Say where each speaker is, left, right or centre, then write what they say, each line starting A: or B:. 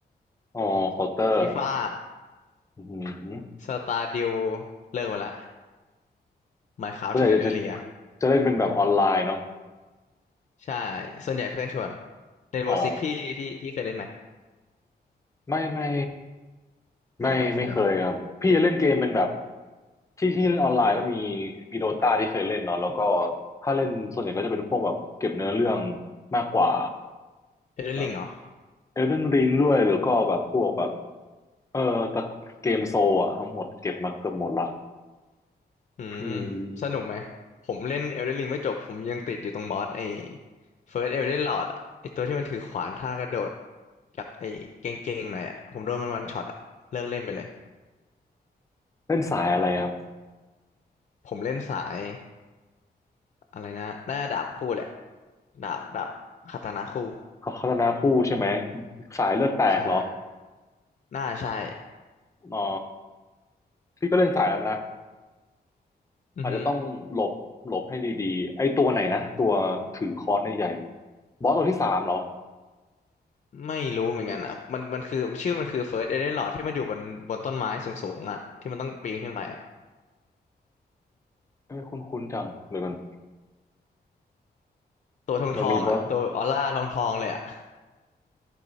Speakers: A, on the left; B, on the left.
A: อ๋อเคาน์เตอร์
B: ฟีฟ่า
A: อืม
B: สตาร์ดิวเลิกไปละไมน์คราฟเทอร์เรีย
A: เพือส่ากจะจะจะเล่นเป็นแบบออนไลน์เนาะ
B: ใช่ส่วนใหญ่เพื่อนชวนเล่นโบสิกพี่พี่พี่เคยเล่นไหม
A: อ๋อไม่ไม่ไม่ไม่เคยครับพี่จะเล่นเกมเป็นแบบ
B: อ๋อไม่เคยเนาะ
A: ที่ที่เล่นออนไลน์ก็มีมีโดตาที่เคยเล่นเนาะแล้วก็ถ้าเล่นส่วนใหญ่ก็จะเป็นพวกแบบเก็บเนื้อเรื่องมากกว่า
B: เอเดนริงเหรอ
A: แบบเอลเดนริงด้วยหรือก็แบบพวกแบบเออตะเกมโซลอะทั้งหมดเก็บมาเกือบหมดละ
B: อืม
A: อืม
B: สนุกไหม ผมเล่นเอลเดนริงไม่จบผมยังติดอยู่ตรงบอสไอ้เฟิร์สเอลเดนลอร์ดอะไอ้ตัวที่มันถือขวานท่ากระโดดจากไอ้เก่งๆหน่อยอะผมโดนมันวันช็อตอะเลิกเล่นไปเลย
A: เล่นสายอะไรครับ
B: ผมเล่นสายอะไรนะหน้าดาบคู่แหละดาบดาบคาตานะคู่
A: เขาพัฒนาคู่ใช่ไหมสายเลือดแตกเหรอ
B: ใช่หน้าใช่
A: อ๋อพี่ก็เล่นสายนั้นนะ
B: อือฮึ
A: อาจจะต้องหลบหลบให้ดีๆไอ้ตัวไหนนะตัวถือค้อนใหญ่ๆบอสตัวที่สามเหรอ
B: ไม่รู้เหมือนกันอ่ะมันมันคือชื่อมันคือเฟิร์สเอเดนลอรดที่มันอยู่บนบนต้นไม้สูงๆอะที่มันต้องปีนขึ้นไปอะ
A: เอ้ยคุ้นๆจำเดี๋ยวกัน
B: ตัวทองทองอะตัวแบบออร่าทองทองเลยอะ
A: มันมีบอส